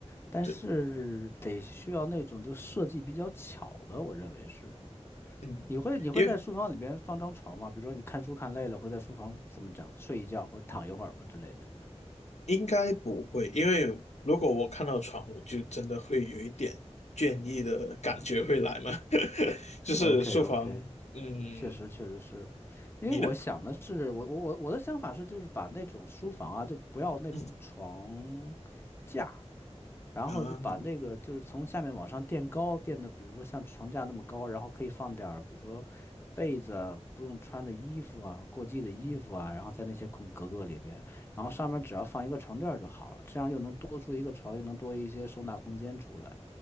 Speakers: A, on the left; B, on the left.
A: 但是得需要那种就设计比较巧的，
B: 对，
A: 我认为是。
B: 嗯，
A: 你会你会在书房里边放张床吗？
B: 因为
A: 比如说你看书看累了，会在书房怎么讲睡一觉或者躺一会儿吗之类的
B: 应该不会，因为如果我看到床，我就真的会有一点倦意的感觉会来嘛。<laughs> 就是书房，
A: ？OK OK，
B: 嗯，
A: 确实，确实是，因为我想的是，
B: 你呢？
A: 我我我我的想法是，就是把那种书房啊，就不要那种床架，
B: 嗯
A: 然后再把那个就是从下面往上垫高，
B: 啊，
A: 垫的比如说像床架那么高，然后可以放点儿，比如说被子啊，不用穿的衣服啊，过季的衣服啊，
B: 嗯
A: 然后在那些空格格里边，然后上面只要放一个床垫儿就好了，这样又能多出一个床，又能多一些收纳空间出来，